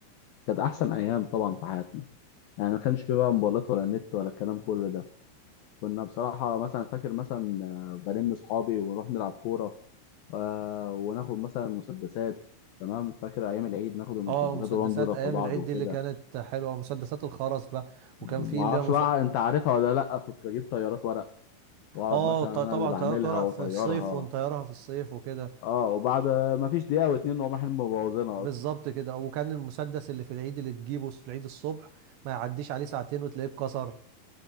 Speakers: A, on the left; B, on the right.
A: كانت أحسن أيام طبعا في حياتنا يعني ما كانش في بقى موبايلات ولا نت ولا الكلام كل ده كنا بصراحة مثلا فاكر مثلا آه، بلم صحابي ونروح نلعب كورة آه، وناخد مثلا مسدسات تمام فاكر أيام العيد ناخد المسدسات
B: اه مسدسات
A: ونقعد نضرب
B: ايام
A: في بعض
B: العيد
A: وكده
B: دي اللي كانت حلوه مسدسات الخرز بقى وكان
A: ما
B: في اللي
A: أعرفش
B: هي مسدسات
A: بقى أنت عارفها ولا لأ كنت بجيب طيارات ورق وأقعد
B: اه
A: مثلا
B: ط-
A: أنا
B: طبعا
A: اللي بعملها
B: طيارات ورق
A: وأطيرها
B: في الصيف ونطيرها في الصيف وكده
A: أه وبعد ما فيش دقيقة واتنين وأقوم رايحين مبوظينها
B: بالظبط
A: أصلا
B: كده وكان المسدس اللي في العيد اللي تجيبه في العيد الصبح ما يعديش عليه ساعتين وتلاقيه اتكسر